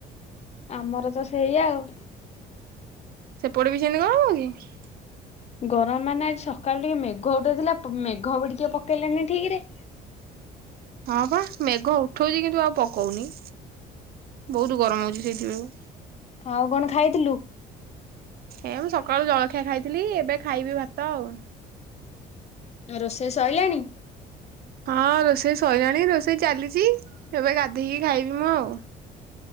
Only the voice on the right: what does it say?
ସେପଟେ ବି ସେମିତି ଗରମ କି?
ହଁ ବା ମେଘ ଉ ଉଠଉଚି କିନ୍ତୁ ଆଉ ପକଉନେଇ ବୋହୁତ ଗରମ ହୋଉଚି ସେଇଥିପାଇଁ।
ଏ ମୁଁ ସକାଳୁ ଜଳଖିଆ ଖାଇଥିଲି ଏବେ ଖାଇବି ଭା ତଉ
ହଁ ରୋଷେଇ ସରିଲାଣି ରୋଷେଇ ଚାଲିଛି ଏବେ ଗା ଗାଧେଇକି ଖାଇବି ମୁଁ ଆଉ।